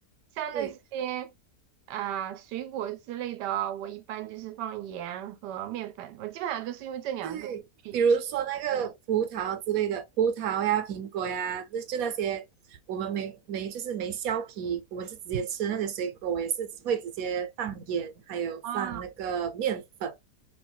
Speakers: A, on the right (about 80°); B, on the right (about 65°).
A: 像那些啊、
B: 对。
A: 水果之类的哦我一般就是放盐和面粉，我基本上都是用这两个去切
B: 对，比如说那个葡萄啊之类的，
A: 嘛
B: 葡萄呀、苹果呀，那就那些我们没没就是没削皮，我们是直接吃那些水果，我也是会直接放盐，还有放那个面粉，
A: 啊，